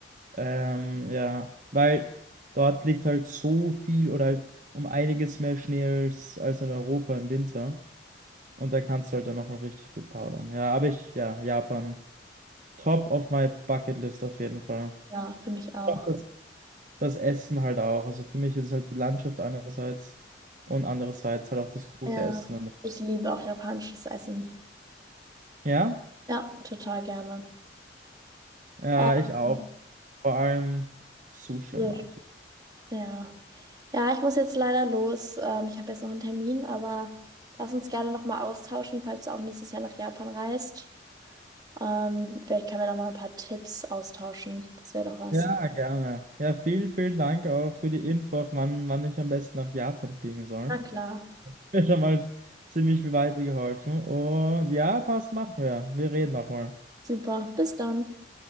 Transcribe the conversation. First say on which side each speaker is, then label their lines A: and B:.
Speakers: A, on the right; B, on the right.
A: Ähm, ja, weil dort liegt halt so viel oder halt um einiges mehr Schnee als, als in Europa im Winter. Und da kannst du halt dann nochmal richtig gut powdern. Ja, aber ich, ja, Japan, top of my bucket list auf jeden Fall.
B: ja, Ja, für mich auch.
A: Auch das, das Essen halt auch. Also für mich ist es halt die Landschaft einerseits und andererseits halt auch das gute
B: Ja,
A: Essen. Und,
B: ich liebe auch japanisches Essen.
A: ja,
B: Ja, total gerne.
A: ja,
B: Ähm,
A: ich auch. Vor allem Sushi
B: so,
A: mag ich.
B: ja. Ja, ich muss jetzt leider los. Ähm, ich habe jetzt noch einen Termin, aber lass uns gerne nochmal austauschen, falls du auch nächstes Jahr nach Japan reist. Ähm, vielleicht können wir noch mal ein paar Tipps austauschen. Das wäre doch was.
A: Ja, gerne. Ja, vielen, vielen Dank auch für die Info, wann, wann ich am besten nach Japan fliegen soll.
B: Na klar.
A: <laughs> Mir schon mal ziemlich weitergeholfen. Und ja, passt, machen wir. Wir reden nochmal.
B: Super. Bis dann.